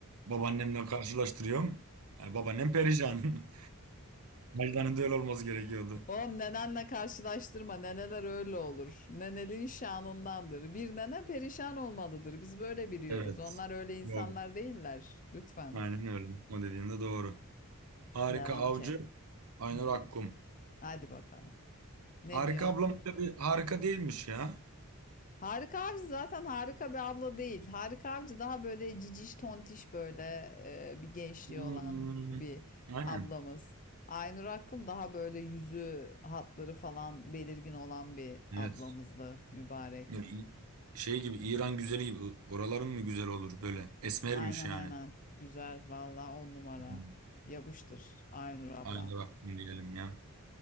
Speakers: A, on the right; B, on the left.
A: Babaannemle karşılaştırıyorum. Yani babaannem perişan. <laughs> Ajda'nın da öyle olması gerekiyordu.
B: Oğlum nenenle karşılaştırma. Neneler öyle olur. Nenelin şanındandır. Bir nene perişan olmalıdır. Biz böyle biliyoruz.
A: Evet.
B: Onlar öyle insanlar
A: Doğru.
B: değiller. Lütfen.
A: Aynen öyle. O dediğin de doğru. Harika
B: Devam
A: Avcı,
B: ki.
A: Aynur
B: Hı hı.
A: Akkum.
B: Hadi bakalım. Ne
A: Harika
B: diyorsun?
A: ablam da bir harika değilmiş ya.
B: Harika Avcı zaten harika bir abla değil. Harika Avcı daha böyle ciciş tontiş böyle e, bir gençliği
A: Hmm,
B: olan bir
A: Aynen.
B: ablamız. Aynur Akkum daha böyle yüzü hatları falan belirgin olan bir
A: Evet.
B: ablamızdı mübarek.
A: Böyle İ- şey gibi İran güzeli gibi oraların mı güzel olur böyle esmermiş
B: Aynen
A: yani.
B: aynen. Güzel valla on numara.
A: Hmm.
B: Yapıştır Aynur abla.
A: Aynı Rabbim diyelim ya.